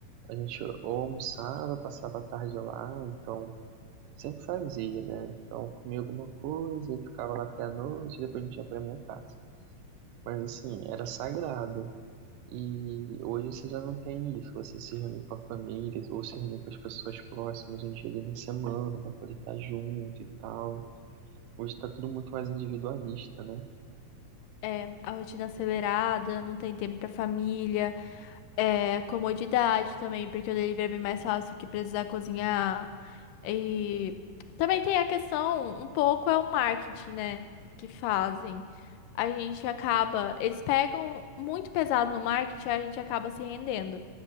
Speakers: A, on the right; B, on the left.
A: a gente ou almoçava, passava a tarde lá, então sempre fazia, né? Então, eu comia alguma coisa e ficava lá até a noite, depois a gente ia pra minha casa. Mas assim, era sagrado. E hoje você já não tem isso, você se reuniu com a família, ou se reuniu com as pessoas próximas um dia ali na semana pra poder estar junto e tal. Hoje tá tudo muito mais individualista, né?
B: É, a rotina acelerada, não tem tempo pra família, é, comodidade também, porque o delivery é bem mais fácil que precisar cozinhar. E também tem a questão, um pouco é o marketing, né, que fazem. A gente acaba, eles pegam muito pesado no marketing, a gente acaba se rendendo,